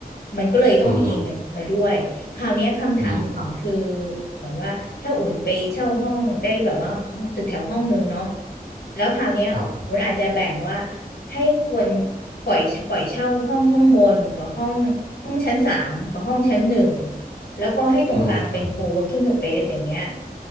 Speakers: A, on the left; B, on the right.
A: มันก็เลยต้องมีมันมาด้วย
B: มอืม
A: คราวเนี้ยคำถามของอุ่นคือ
B: อืม
A: เหมือนว่าถ้าอุ่นไปเช่าห้องได้แบบว่าห้องตึกแถวห้องนึงเนาะแล้วคราวเนี้ยอุ่นอาจจะแบ่งว่า
B: ครับ
A: ให้คนปล่อยปล่อยเช่าห้องข้างบนกับห้องห้องชั้นสามกับห้องชั้นหนึ่งแล้วก็ให้ตรงกลางเป็นโคเวิร์กิ้งสเปซอย่างเงี้ย
B: อืม